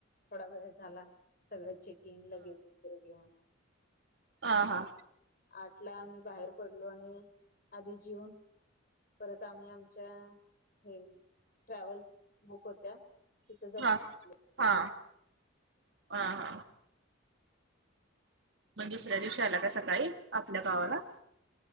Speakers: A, on the left (about 45°); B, on the right (about 60°).
A: थोडा वेळ झाला सगळं चेकिंग लगेज वगैरे घेऊन.
B: हा हा.
A: आठला आम्ही बाहेर पडलो आणि आधी जेऊन परत आम्ही आमच्या हे ट्रॅव्हल्स बुक होत्या. तिथं
B: हा
A: जाऊन थांबलं.
B: हा हा हा. मग दुसऱ्या दिवशी आला का सकाळी आपल्या गावाला?